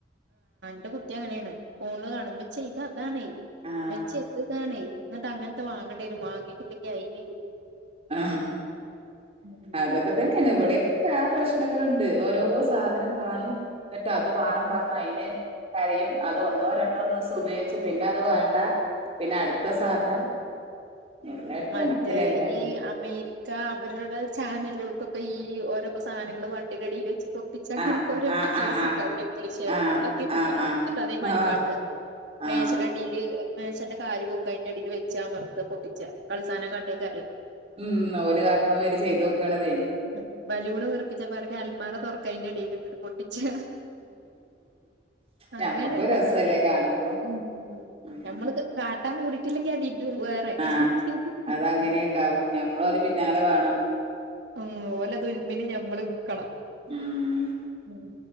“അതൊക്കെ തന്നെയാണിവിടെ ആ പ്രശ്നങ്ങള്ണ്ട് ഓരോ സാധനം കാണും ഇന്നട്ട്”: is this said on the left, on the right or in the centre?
Right